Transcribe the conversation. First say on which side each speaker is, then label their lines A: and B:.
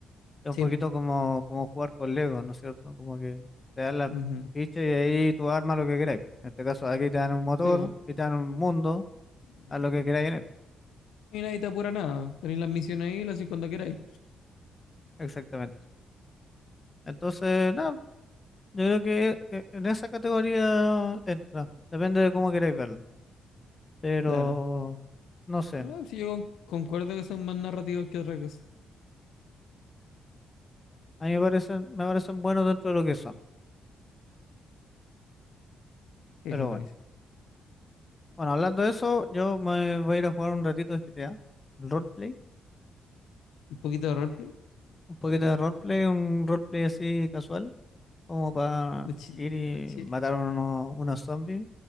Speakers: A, on the left (about 30°); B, on the left (about 75°).
A: Es
B: Sí,
A: un poquito
B: po.
A: como, como jugar con Lego, ¿no es cierto? Como que te dan las
B: Ujú.
A: fichas y ahí tú armas lo que queráis. En este caso, aquí te dan un motor,
B: Sí,
A: y te dan un mundo,
B: po.
A: haz lo que queráis en él.
B: Y nadie te apura nada. Tenéis las misiones ahí, las hacéis cuando queráis.
A: Exactamente. Entonces, nada, yo creo que eh, en esa categoría entra. Depende de cómo queráis verlo. Pero,
B: Claro.
A: no sé,
B: No, sí, yo con- concuerdo que son más narrativos que otra cosa.
A: a mí me parecen, me parecen buenos dentro de lo que son.
B: ahí
A: Pero
B: son
A: bueno.
B: buenísimos.
A: Bueno, hablando de eso, yo me voy a ir a jugar un ratito de GTA, roleplay,
B: Un poquito de roleplay,
A: un poquito de roleplay, un roleplay así casual, como para
B: de chill,
A: ir y
B: de chill.
A: matar a unos, unos zombies.